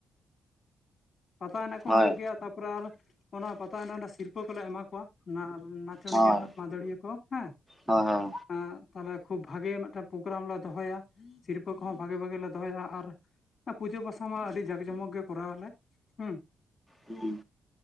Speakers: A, on the left; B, in the centre.
A: ᱯᱟᱛᱟ ᱮᱱᱮᱡ ᱠᱚ
B: ᱦᱳᱭ
A: ᱦᱩᱭᱩᱜ ᱜᱮᱭᱟ᱾ ᱛᱟᱯᱚᱨᱮ ᱟᱨ ᱚᱱᱟ ᱯᱟᱛᱟ ᱮᱱᱮᱡ ᱨᱮ ᱥᱤᱨᱯᱟᱹ ᱠᱚᱞᱮ ᱮᱢᱟ ᱠᱚᱣᱟ, ᱚᱱᱟ ᱱᱟ ᱱᱟᱪᱚᱱᱤᱭᱟᱹ,
B: ᱦᱳᱭ
A: ᱢᱟᱹᱫᱟᱹᱲᱤᱭᱟᱹ ᱠᱚ ᱦᱮᱸ᱾
B: ᱦᱳᱭ ᱦᱳᱭ
A: ᱦᱮᱸ, ᱛᱟᱦᱞᱮ ᱠᱷᱩᱵ ᱵᱷᱟᱜᱮ ᱢᱤᱫᱴᱮᱡ ᱯᱨᱚᱜᱨᱟᱢ ᱞᱮ ᱫᱚᱦᱚᱭᱟ ᱥᱤᱨᱯᱟᱹ ᱠᱚᱦᱚᱸ ᱵᱷᱟᱜᱮ ᱵᱷᱟᱜᱮ ᱞᱮ ᱫᱚᱦᱚᱭᱟ᱾ ᱟᱨ ᱟᱨ ᱯᱩᱡᱟᱹ ᱯᱟᱥᱟᱢᱟ ᱟᱹᱰᱤ ᱡᱟᱠ ᱡᱚᱢᱚᱠ ᱜᱮ ᱠᱚᱨᱟᱣ ᱟᱞᱮ᱾ ᱦᱩᱸ,
B: ᱦᱩᱸ